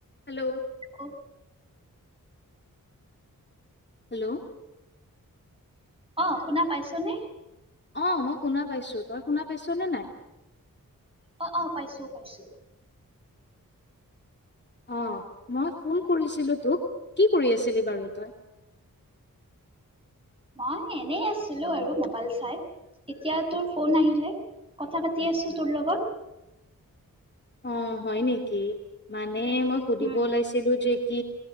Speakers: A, on the left; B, on the right.
A: Hello.
B: অ
A: hello.
B: অ শুনা পাইছনে?
A: অ মই শুনা পাইছো, তই শুনা পাইছ নে নাই?
B: অ', অ' পাইছো, পাইছো।
A: অ মই ফোন কৰিছিলো তোক, কি কৰি আছিলি বাৰু তই।
B: মই এনে আছিলো আৰু মোবাইল চাই এতিয়া তোৰ ফোন আহিলে কথা পাতি আছো তোৰ লগত।
A: অ' হয় নেকি মান মানে মই সুধিব
B: উম
A: ওলাইছিলো যে কি